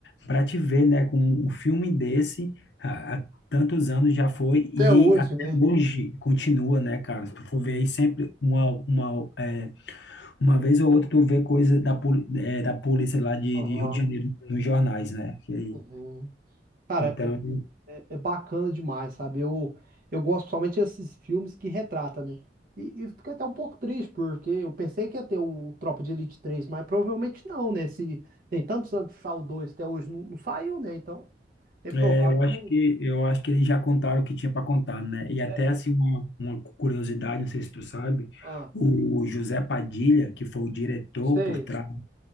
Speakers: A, on the left (about 75°); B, on the right (about 55°).
A: pra te ver, né, com um filme desse, há, há tantos anos já foi e
B: Até hoje,
A: até
B: né?
A: hoje continua, né, cara? Se tu for ver aí sempre uma, uma, é, uma vez ou outra tu vê coisa da, poli- é, da polícia lá de,
B: Aham.
A: de Rio de Janeiro nos jornais, né? Que aí
B: Uhum. Cara,
A: então,
B: é, é, é bacana demais, sabe? Eu, eu gosto principalmente desses filmes que retrata, né? E, e fiquei até um pouco triste, porque eu pensei que ia ter o Tropa de Elite três mas provavelmente não, né? Se tem tantos anos que saiu o 2, até hoje não, não saiu, né? Então, é provável
A: é, eu acho
B: que não.
A: que eu acho que eles já contaram o que tinha para contar, né? E até
B: É,
A: assim uma, uma curiosidade, não sei se tu sabe,
B: ah,
A: o José Padilha, que foi o diretor
B: sei.
A: por trás